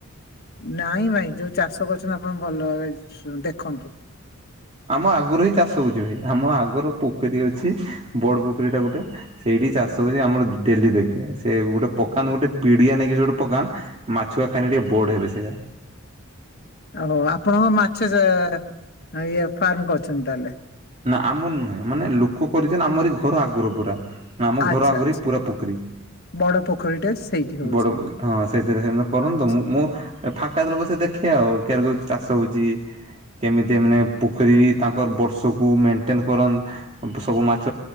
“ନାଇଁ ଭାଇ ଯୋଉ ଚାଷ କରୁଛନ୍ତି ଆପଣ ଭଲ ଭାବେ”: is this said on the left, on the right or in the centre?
Left